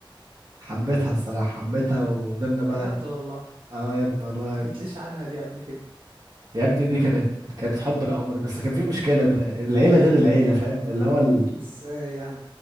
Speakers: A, on the right (about 50°); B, on the right (about 75°).
A: حبيتها الصراحة حبيتها وفضلنا بقى
B: بجد والله
A: اه يا ابني والله
B: ما حكيتليش عنها دي قبل كده
A: يا ابني دي كانت كانت حب العمر بس كان في مشكلة ان العيلة غير العيلة فاهم اللي هو ال...
B: ازاي يعني